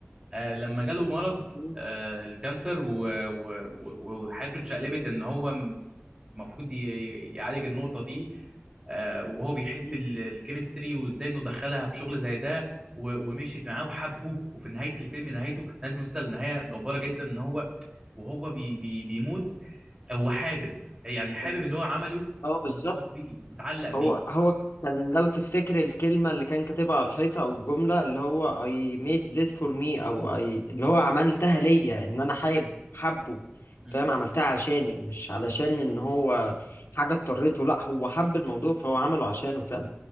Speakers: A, on the right (about 20°); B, on the left (about 80°).
A: آه، لما جاله مرض
B: مم.
A: آه، الكانسر و- و- و- وحياته اتشقلبت ان هو المفروض يعالج النقطة دي آه، وهو بيحب
B: مم.
A: ال- الكيمستري وازاي انه دخلها في شغل زي ده و- ومشيت معاه وحبه وفي نهاية الفيلم نهايته نهاية المسلسل نهاية جبارة جدا ان هو وهو بي بي بيموت هو حابب يعني حابب
B: كان
A: اللي هو عمله
B: اه بالظبط
A: ومبسوط بيه متعلق بيه
B: هو هو كان لو تفتكر الكلمة اللي كان كاتبها على الحيطة أو الجملة اللي هو I made this for me أو I اللي هو عملتها ليا إن أنا حابب حبه
A: مم.
B: فاهم عملتها عشاني مش علشان إن هو حاجة اضطريته لأ هو حب الموضوع فهو عمله عشانه فعلا